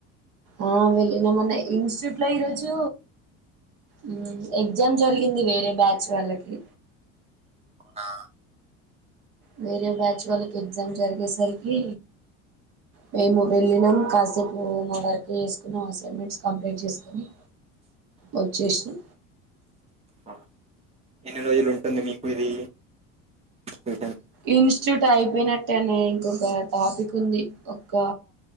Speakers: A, on the right (about 60°); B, on the right (about 15°).
A: ఆ వెళ్ళినా మన్న ఇన్స్టిట్యూట్ లో ఈరోోజు ఉ ఎగ్జామ్ జరిగింది వేరే బ్యాచ్ వాళ్ళకి
B: ఆ
A: వేరే బ్యాచ్ వాళ్ళకి ఎగ్జామ్ జరిగేసరికి మేము వెళ్ళినం కాసేపు వర్క్ చేసుకున్నాం అసైన్మెంట్స్ కంప్లీట్ చేసుకొని వచేసినా
B: అవునా. ఎన్ని రోజులు ఉంటుంది మీకు ఇది ట్యూషన్
A: ఇన్స్టిట్యూట్ అయిపోయినట్టే అనే ఇంకొక టాపిక్ ఉంది ఒక